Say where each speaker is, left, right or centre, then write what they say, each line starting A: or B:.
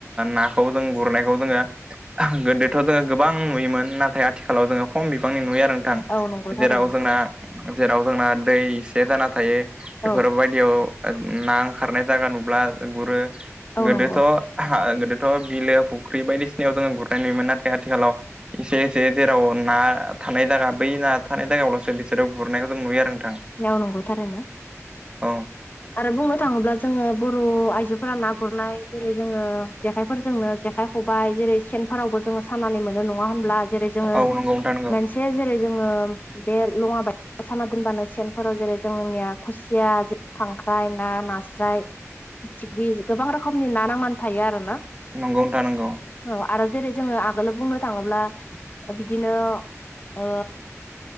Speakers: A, on the right; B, on the left.
A: ना खौ जों गुरनायखौ जोङो गोदोथ' जोङो गोबां नुयोमोन नाथाय आथिखालाव जोङो खम बिबांनि नुयो आरो
B: औ नंगौ थारैनो
A: जेराव जोंना जेराव जोंना दै एसे जाना थायो बेफोरबायदि
B: औ
A: याव ना ओंखारनाय जायगा नुब्ला गुरो
B: औ
A: गोदोथ'
B: नंगौ
A: गोदो थ' बिलो फुख्रि बायदिसिनायाव जोङो गुरनाय नुोमोन नाथाय आथिखालाव एसे एसे जेराव ना थानाय जायगा बै ना थानाय जायगायावल'सो बिसोराव गुरनायखौ जों नुयो आरो नोंथां
B: औ नंगौ थारैनो
A: औ
B: आरो बुंनो थाङोब्ला जोङो बर' आइजोफोरा ना गुरनाय जेरै जोङो जेखायफोरजोंनो जेखाइ खबायाइ जेरै सेनफोरावबो जोङो साननानै मोनो नङा होनब्ला जेरै जोङो
A: औ नंगौ नोंथां नंगौ
B: मोनसे जेरै जोङो बे लङा बाय साना दोनबानो सेनफोराव जेरै जोंनिया खुसिया खांख्राइ ना नास्राय फिथिख्रि गोबां रोखोमनि नाना मान थायो आरोना
A: नंगौ नोंथां नंगौ।
B: औ आरो जेरै जोङो आगोल बुंनो थाङोब्ला बिदिनो ओ